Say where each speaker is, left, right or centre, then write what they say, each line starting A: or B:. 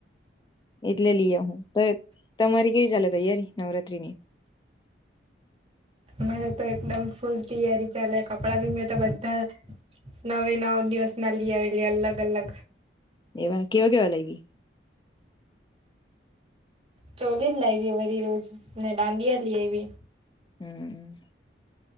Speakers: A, on the left; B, on the right.
A: એટલે લીઆ હું ત તમારી કેવી ચાલે તૈયારી નવરાત્રીની
B: અમારે તો એકદમ ફૂલ તિયારી ચાલે કપડાં બી મેં તો બધા નવે નવ દિવસ ના લી આવેલી અલગ અલગ
A: એવા કેવા કેવા લાઈવી
B: ચોલી જ લાઈવી વરી રોજ ને દાંડિયા જ લઈ આવી
A: હમ